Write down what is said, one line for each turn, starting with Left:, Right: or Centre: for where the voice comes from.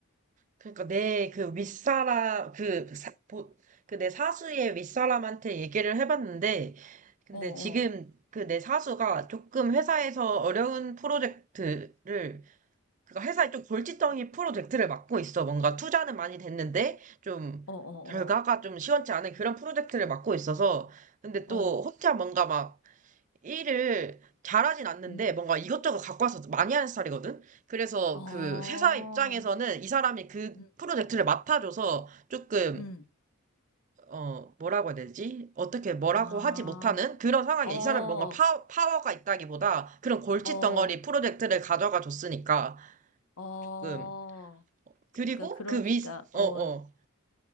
Right: 그러니까 내 그 윗사람 그 사, 보, 그 내 사수의 윗사람한테 얘기를 해봤는데 근데
Left: 어,
Right: 지금
Left: 어,
Right: 그 내 사수가 조금 회사에서 어려운 프로젝트를 그니까 회사에 좀 골칫덩이 프로젝트를 맡고 있어. 뭔가 투자는 많이 됐는데 좀
Left: 어, 어,
Right: 결과가 좀 시원치 않은 그런 프로젝트를 맡고 있어서 근데
Left: 어,
Right: 또
Left: 어,
Right: 혼자 뭔가 막 일을 잘하진 않는데
Left: 음,
Right: 뭔가 이것저것 갖고 와서 많이 하는 스타일이거든? 그래서
Left: 어,
Right: 그 회사 입장에서는 이 사람이 그
Left: 음,
Right: 프로젝트를 맡아줘서 조금,
Left: 음,
Right: 어, 뭐라고 해야 되지? 어떻게 뭐라고
Left: 아,
Right: 하지 못하는 그런 상황에
Left: 어,
Right: 이 사람 뭔가 파, 파워가 있다기보다 그런 골칫덩어리
Left: 어,
Right: 프로젝트를 가져가 줬으니까
Left: 어.
Right: 조금.
Left: 그러니까
Right: 그리고
Left: 그러니까
Right: 그 위,
Left: 어,
Right: 어, 어.